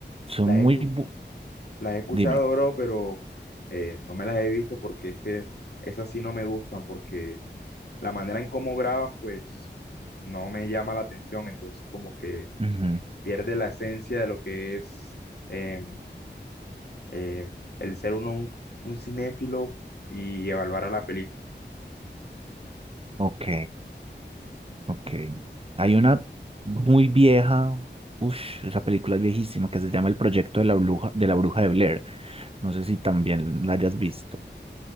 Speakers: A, on the right; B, on the left.
A: son
B: las
A: muy,
B: he, escu-
A: bu-
B: las he escuchado,
A: dime.
B: bro, pero eh, no me las he visto porque es que esas sí no me gustan porque la manera en cómo graban, pues no me llama la atención, entonces como que
A: Ujú.
B: pierde la esencia de lo que es eh, eh, el ser uno un, un cinéfilo y evaluar a la película.
A: Ok, ok. Hay una muy vieja, uff, esa película es viejísima que se llama El Proyecto de la Bruja, de la Bruja de Blair. No sé si también la hayas visto.